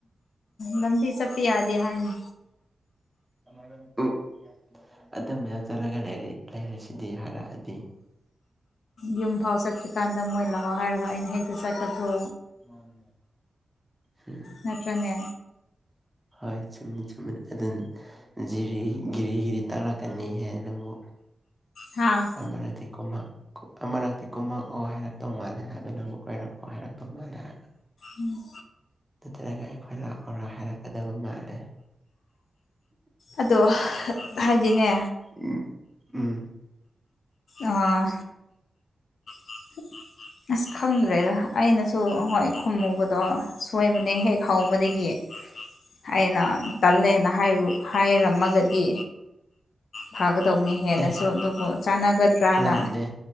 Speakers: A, on the left; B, in the centre.
A: ꯂꯝꯕꯤ ꯆꯠꯄ ꯌꯥꯗꯦ ꯍꯥꯏꯅꯤ
B: <unintelligible> ꯑꯗꯨꯝꯕꯌꯥꯝ ꯆꯠꯂꯒ ꯂꯩꯔꯦ ꯂꯩꯔꯁꯤꯗꯤ ꯍꯥꯏꯔꯛꯑꯗꯤ
A: ꯌꯨꯝꯐꯥꯎ ꯆꯠꯇ꯭ꯔꯤꯀꯥꯟꯗ ꯃꯣꯏ ꯂꯥꯛꯑꯣ ꯍꯥꯏꯔꯒ ꯑꯩꯅ ꯍꯦꯛꯇ ꯆꯠꯀꯗ꯭ꯔꯣ
B: ꯍꯨꯝ
A: ꯅꯠꯇ꯭ꯔꯅꯦ
B: ꯍꯥꯏ ꯆꯨꯝꯃꯤ ꯆꯨꯝꯃꯤꯅꯤ ꯑꯗꯨꯅ ꯖꯤꯔꯤ ꯒꯤꯔꯤ ꯒꯤꯔꯤ ꯇꯛꯂꯛꯀꯅꯤꯍꯦ ꯅꯪꯕꯨ
A: ꯍꯥꯥ
B: ꯑꯃꯔꯥꯏꯗꯦꯀꯣ ꯑꯃꯔꯛꯇꯤ ꯀꯨꯝꯃꯛꯛꯑꯣ ꯍꯥꯏꯔꯛꯇꯧ ꯃꯥꯜꯂꯦ ꯍꯥꯏꯕ ꯅꯪꯕꯨ ꯀꯣꯏꯔꯛꯑꯣ ꯍꯥꯏꯔꯛꯇꯧ ꯃꯥꯜꯂꯦ ꯍꯥꯏꯕ
A: ꯎꯝ
B: ꯅꯠꯇ꯭ꯔꯒ ꯑꯩꯈꯣꯏ ꯂꯥꯛꯑꯣꯔꯥ ꯍꯥꯏꯔꯛꯀꯗꯕ ꯃꯥꯜꯂꯦ
A: ꯑꯗꯣ ꯍꯥꯏꯗꯤꯅꯦ
B: ꯎꯝ ꯎꯝ
A: ꯑꯥ <unintelligible> ꯑꯁ ꯈꯪꯗ꯭ꯔꯦꯗ ꯑꯩꯅꯁꯨ ꯍꯣꯏ ꯈꯨꯝꯃꯨꯕꯗꯣ ꯁꯣꯏꯕꯅꯦ ꯍꯦꯛ ꯍꯧꯕꯗꯒꯤ ꯑꯩꯅ ꯇꯜꯂꯦꯅ ꯍꯥꯏꯌꯨ ꯍꯥꯏꯔꯝꯃꯒꯗꯤ ꯐꯥꯒꯗꯕꯅꯤ ꯍꯦꯟꯅꯁꯨ
B: ꯑꯦ
A: ꯑꯗꯨꯕꯨ ꯆꯥꯟꯅꯒꯗ꯭ꯔꯅ
B: ꯂꯥꯟꯗꯦ